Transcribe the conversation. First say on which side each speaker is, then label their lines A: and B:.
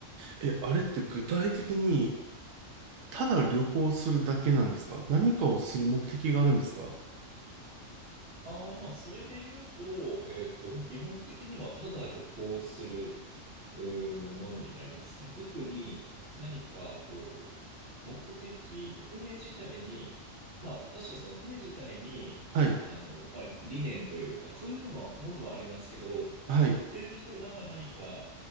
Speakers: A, on the right (about 85°); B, on the right (about 60°).
A: え、あれって具体的に、ただ旅行するだけなんですか何かをする目的があるんですか
B: ああ、まあ、それで言うと、えっと、もう基本的にはただ旅行する、うーものになりますね。特に何か、こう、目的、船自体に、まあ、確かその船自体に、
A: はい、
B: あの、まあ、理念というか、そういうのも、ものはありますけど、
A: はい、
B: 乗ってる人が何か、